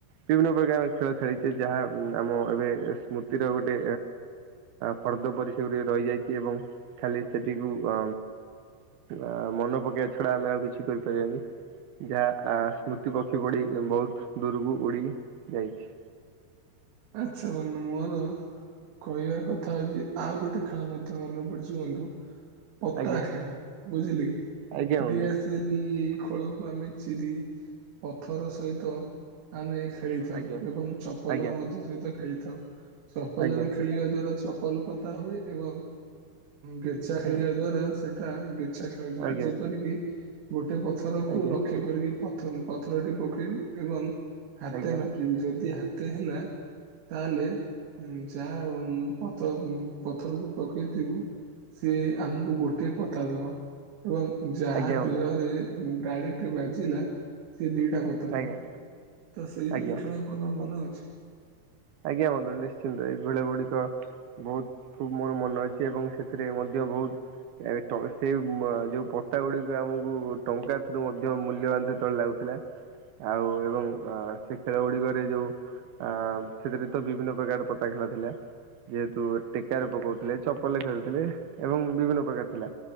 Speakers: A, on the right; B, on the right.
A: ବିଭିନ୍ନ ପ୍ରକାର ଖେଳ ଖେଳିଚେ ଯାହା ଆମ ଏବେ ସ୍ମୃତିର ଗୋଟେ ଫର୍ଦ୍ଦ ପରି ସେଗୁଡ଼ିକ ରହିଯାଇଚି ଏବଂ ଖାଲି ସେଠିକୁ ଅ ଆ ମନେ ପକେଇବା ଛଡା ଆମେ ଆଉ କିଛି କରିପାରିବାନି। ଯାହା ସ୍ମୃତି ପକ୍ଷୀ ପଡି ବହୁତ ଦୂରକୁ ଉଡି ଯାଇଛି।
B: ଆଚ୍ଛା ବନ୍ଧୁ ମୋର କହିବାର କଥା ହଉଚି ଆଉ ଗୋଟେ ଖେଳ ମଧ୍ୟ ମନେ ପଡୁଚି ବନ୍ଧୁ। ପତା
A: ଆଜ୍ଞା
B: ଖେଳ ବୁଝିଲେ କି
A: ଆଜ୍ଞା ବନ୍ଧୁ
B: ଦିଆସିଲି ଖୋଳ କୁ ଆମେ ଚିରି ପଥର ସହିତ ଆମେ ଖେଳିଥାଉ।
A: ଆଜ୍ଞା।
B: ଏବଂ ଚପଲ
A: ଆଜ୍ଞା
B: ମଧ୍ୟ ସହିତ ଖେଳିଥାଉ। ଚପଲରେ
A: ଆଜ୍ଞା
B: ଖେଳିବା ଦ୍ଵାରା ଚପଲ ପତା ହୁଏ ଏବଂ ଗେଚା ଖେଳିବା
A: ଆଜ୍ଞା
B: ଦ୍ଵାରା ସେଇଟା ଗେଚା ଖେଳାଯାଏ।
A: ଆଜ୍ଞା
B: ଯେପରିକି ଗୋଟେ ଗୋଟେ ପଥରକୁ
A: ଆଜ୍ଞା
B: ଲକ୍ଷ୍ୟ କରିକି ପ ପଥରଟି ପକେଇବୁ ଏବଂ ହାତେ
A: ଆଜ୍ଞା
B: ମାପିବି ଯଦି ହାତେ ହେଲା ତାହେଲେ ଯାହା ପଥରକୁ ପକେଇଥିବୁ ସିଏ ଆମକୁ ଗୋଟିଏ ପତା ଦବ। ଏବଂ ଯାହା
A: ଆଜ୍ଞା ଆଜ୍ଞା ବନ୍ଧୁ
B: ଦେହରେ ଡାଇରେକ୍ଟ ବାଜିଲା ସିଏ ଦିଟା ପତା
A: ଆଜ୍ଞା
B: ଦବ। ତ ସେଇପରି
A: ଆଜ୍ଞା।
B: ଖେଳ ଆପଣଙ୍କର ମନେ ଅଛି?
A: ଆଜ୍ଞା ବନ୍ଧୁ ନିଶ୍ଚିନ୍ତ ଏଇ ଗୁଳିଆ ଗୁଡିକ ବହୁତ ମୋର ମନେ ଅଛି ଏବଂ ସେଥିରେ ମଧ୍ୟ ବହୁତ ଟ ସେଇ ଯୋଉ ପତା ଗୁଡିକ ଆମକୁ ଟଙ୍କା ଠାରୁ ମଧ୍ୟ ମୂଲ୍ୟବାନ ସେତେବେଳେ ଲାଗୁଥିଲା। ଆଉ ଏବଂ ସେ ଖେଳ ଗୁଡିକରେ ଯୋଉ ଅ ସେଥିରେ ତ ବିଭିନ୍ନ ପ୍ରକାର ପତା ଖେଳ ଥିଲା। ଯେହେତୁ ଟେକାରେ ପକଉଥିଲେ ଚପଲ ରେ ଖେଳୁଥିଲେ। ଏବଂ ବିଭିନ୍ନ ପ୍ରକାର ଥିଲା।